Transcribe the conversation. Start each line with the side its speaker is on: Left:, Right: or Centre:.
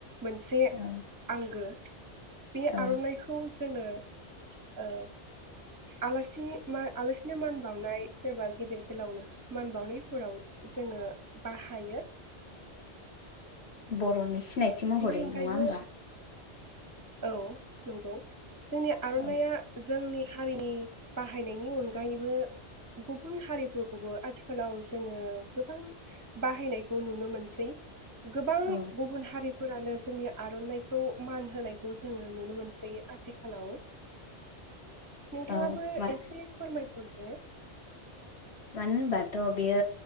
Right: मोनसे
Left: ओं
Right: आंगो बि
Left: औ
Right: आर'ननायखौ जोङो ओ आलासि आलासिनो मान बावनाय सोरबा गेदेर गोलावनो मान बावनायफोराव जोङो बाहायो
Left: बर'नि सिनायथि महरै
Right: बेनि अनगायैबो
Left: नङा होमबा?
Right: औ नंगौ जोंनि आर'नाइया
Left: औ
Right: जोंनि हारिनि बाहायनायनि अन अनगायैबो गुबुन हारिफोरखौबो आथिखालाव जोङो गोबां बाहायनायखौ नुनो मोनसै। गोबां
Left: औ
Right: गुबुन हारि फोरानो जोंनि आर'नाइखौ मान खौ जोङो नुनो मोनसै आथिखालाव नोंथाङाबो
Left: औ मा
Right: एसे फोरमाय हरदो
Left: मानो होनबाथ' बेयो